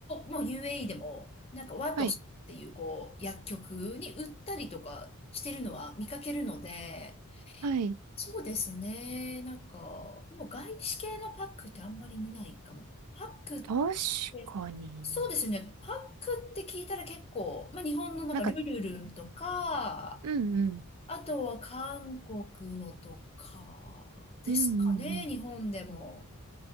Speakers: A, on the left; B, on the right.
A: もう UAE でも、なんかワトスっていうこう、
B: はい。
A: 薬局に売ったりとかしてるのは見かけるので、
B: はい。
A: そうですね。なんか、もう外資系のパックってあんまり見ないかも。パックっ
B: 確かに。
A: て、そうですね。パックって聞いたら結構、まあ日本のなんかルルルンとか、
B: なんか、うんうん。
A: あとは韓国のとかですかね、
B: うんうんうん。
A: 日本でも。